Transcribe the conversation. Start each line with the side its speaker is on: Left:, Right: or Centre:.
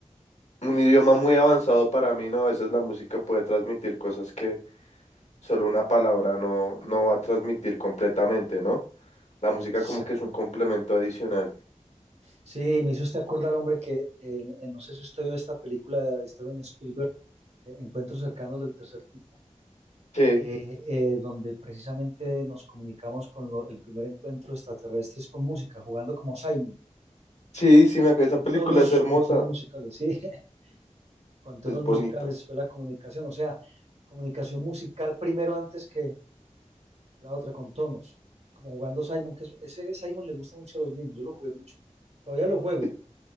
Left: un idioma muy avanzado para mí, ¿no? A veces la música puede transmitir cosas que solo una palabra no, no va a transmitir completamente, ¿no? La música
Right: Exactamente.
Left: como que es un complemento adicional.
Right: Sí, me hizo usted acordar, hombre, que eh, eh, no sé si usted vio esta película de Steven Spielberg, eh, Encuentros cercanos del tercer tipo.
Left: Sí,
Right: eh, eh, donde precisamente nos comunicamos con lo- el primer encuentro de extraterrestres con música, jugando como Simon,
Left: sí, sí, me acuerdo, esa
Right: con
Left: película
Right: tonos,
Left: es hermosa,
Right: con tonos musicales, sí, <laughs> con tonos
Left: es bonita.
Right: musicales fue la comunicación, o sea, comunicación musical primero antes que la otra, con tonos, como jugando Simon, que es- ese Simon le gusta mucho a los niños, yo lo jugué mucho, todavía lo juego,
Left: Sí,